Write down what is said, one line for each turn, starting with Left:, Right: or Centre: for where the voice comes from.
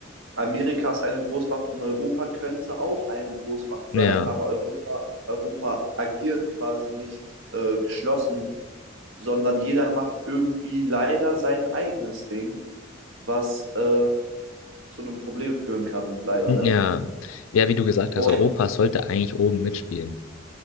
Right: Amerika ist eine Großmacht und Europa könnte auch eine Großmacht
Left: Ja,
Right: sein, aber Europa, Europa agiert quasi nicht äh, geschlossen, sondern jeder macht irgendwie leider sein eigenes Ding, was äh, zu einem Problem führen kann, leider,
Left: ja,
Right: ne?
Left: ja, wie du gesagt
Right: Und
Left: hast, Europa sollte eigentlich oben mitspielen.